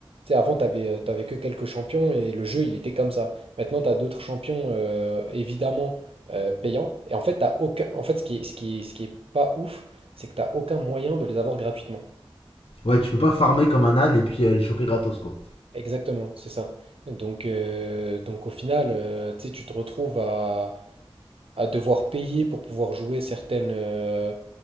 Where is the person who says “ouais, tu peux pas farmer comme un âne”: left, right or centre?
Left